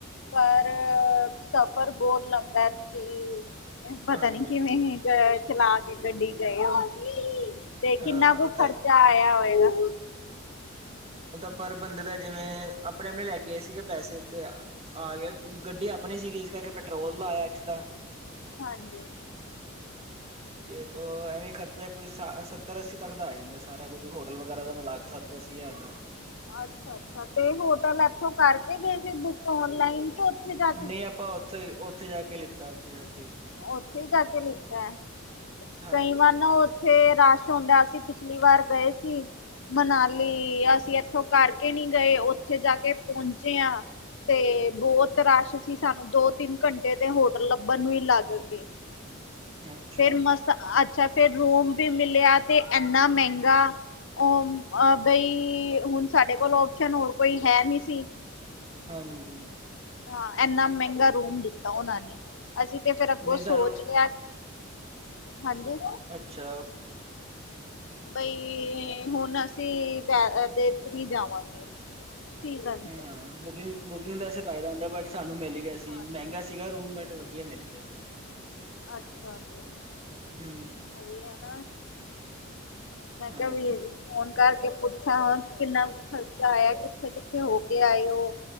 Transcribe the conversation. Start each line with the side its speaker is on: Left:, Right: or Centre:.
Left: ਪਰ
Right: ਹਮ
Left: ਸਫ਼ਰ ਬਹੁਤ ਲੰਬਾ ਤੁਸੀਂ ਪਤਾ
Right: ਹਾਂਜੀ
Left: ਨੀ
Right: ਹਾਂਜੀ
Left: ਕਿਵੇਂ ਗਏ ਚਲਾ ਕੇ ਗੱਡੀ ਗਏ ਹੋ, ਤੇ
Right: ਅਹ
Left: ਕਿੰਨਾ ਕੁ
Right: ਉਹ
Left: ਖਰਚਾ
Right: ਤਾਂ
Left: ਆਇਆ ਹੋਏਗਾ।
Right: ਉਹਦਾ ਪਰ ਬੰਦੇ ਦਾ ਜਿਵੇਂ ਆਪਣੇ, ਆਪਣੇ ਲੈ ਕੇ ਗਏ ਸੀ ਪੈਸੇ ਤੇ ਆ ਗਿਆ ਗੱਡੀ ਆਪਣੀ ਸੀਗੀ ਇਸ ਕਰਕੇ ਪੈਟਰੋਲ ਦਾ ਆਇਆ ਐਸਟਰਾਂ
Left: ਹਾਂਜੀ।
Right: <unintelligible> ਤੇ ਉਹ ਐਵੇਂ ਖਰਚਾ ਕੋਈ ਸੱਤਰ ਅੱਸੀ ਤੱਕ ਦਾ ਆ ਜਾਂਦਾ ਸਾਰਾ ਕੁੱਝ ਹੋਟਲ ਵਗੈਰਾ ਦਾ ਮਿਲਾ ਕੇ ਸਬ। <unintelligible>
Left: ਅੱਛਾ, ਅੱਛਾ ਤੇ ਹੋਟਲ ਇੱਥੋਂ ਕਰਕੇ ਗਏ ਸੀ ਬੁੱਕ ਔਨਲਾਈਨ ਕੇ ਔਥੇ ਜਾ
Right: ਨਹੀਂ ਆਪਾਂ ਉੱਥੇ ਉੱਥੇ ਜਾ ਕੇ ਲਿੱਤਾ ਉੱਥੇ ਜਾ ਕੇ ਹੀ
Left: ਉੱਥੇ ਹੀ ਜਾਕੇ ਲਿਤਾ ਹੈ
Right: ਹਾਂਜੀ
Left: ਕਈ ਵਾਰ ਨਾ ਉੱਥੇ ਰਸ਼ ਹੁੰਦਾ ਸੀ ਪਿਛਲੀ ਵਾਰ ਗਏ ਸੀ। ਮਨਾਲੀ ਅਸੀਂ ਇੱਥੋਂ ਕਰਕੇ ਨਹੀਂ ਗਏ ਉੱਥੇ ਜਾ ਕੇ ਪਹੁੰਚੇ ਆ ਤੇ ਬਹੁਤ ਰਸ਼ ਸੀ ਸਾਨੂੰ ਦੋ ਤਿੰਨ ਘੰਟੇ ਤੇ ਹੋਟਲ ਲੱਭਣ ਨੂੰ ਹੀ ਲੱਗ ਕਰਕੇ
Right: ਅੱਛਾ
Left: ਫਿਰ ਮਸਤ ਅੱਛਾ ਫਿਰ ਰੂਮ ਵੀ ਮਿਲਿਆ ਤੇ ਇਨਾ ਮਹਿੰਗਾ ਉਹ ਬਈ ਹੁਣ ਸਾਡੇ ਕੋਲ ਓਪਸ਼ਨ ਹੋਰ ਕੋਈ ਹੈ ਨਹੀਂ ਸੀ।
Right: ਹਾਂਜੀ।
Left: ਹਾਂ ਇਨਾ ਮਹਿੰਗਾ ਰੂਮ ਦਿੱਤਾ ਉਹਨਾਂ ਨੇ ਅਸੀਂ ਤੇ ਫਿਰ ਅੱਗੋਂ
Right: ਨਹੀਂ
Left: ਸੋਚ
Right: ਸਾਨੂੰ
Left: ਲਿਆ ਹਾਂਜੀ।
Right: ਅੱਛਾ।
Left: ਬਈ ਹੁਣ ਅਸੀਂ ਏਦੇ ਚ ਨਹੀਂ ਜਾਵਾਂਗੇ। ਸੀਜ਼ਨ ਚ
Right: ਹਾਂ ਬੁਕਿੰਗ, ਬੁਕਿੰਗ ਦਾ ਵੇਸੇ ਫਾਇਦਾ ਹੁੰਦਾ ਬਟ ਸਾਨੂੰ ਮਿਲ ਗਿਆ ਸੀ
Left: ਹਾਂ
Right: ਮਹਿੰਗਾ ਸੀਗਾ ਰੂਮ ਬਟ ਵਧੀਆ ਮਿਲ ਗਿਆ।
Left: ਅੱਛਾ ਜੀ।
Right: ਹੂ
Left: ਵੀ ਹੈਨਾ ਮੈਂ
Right: ਹਾਂਜੀ
Left: ਕਿਹਾ ਵੀਰ ਫੋਨ ਕਰਕੇ ਪੁੱਛ ਅੱਛਾ ਹ ਕਿੰਨਾ ਖਰਚਾ ਆਇਆ ਕਿੱਥੇ, ਕਿੱਥੇ ਹੋ ਕੇ ਆਏ ਹੋ